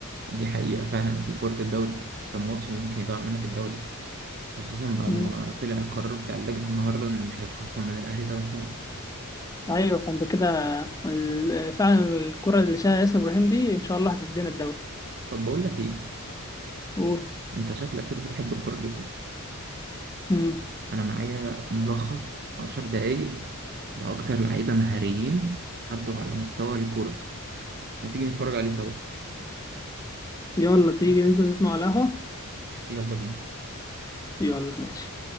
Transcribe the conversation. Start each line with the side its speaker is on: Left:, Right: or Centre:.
Right: دي حقيقة فعلا دي كرة الدوري كان ماتش ممكن يضيع منك الدوري خصوصا بعد
Left: مم.
Right: ما طلع القرار بتاع اللجنة النهاردة إن مش هيتخصم من الأهلي تلات نقط
Left: ايوه فانت كده ال- فعلا الكرة اللي شاها ياسر ابراهيم دي ان شاء الله هتدينا الدوري
Right: طب بقول لك إيه
Left: قول
Right: أنت شكلك كده بتحب الكورة جدا
Left: مم.
Right: أنا معايا ملخص عشر دقايق لأكتر لعيبة مهاريين عدوا على مستوى الكورة ما تيجي نتفرج عليه سوا
Left: يلا تيجي ننزل نسمع على القهوة
Right: يلا بينا
Left: يلا ماشي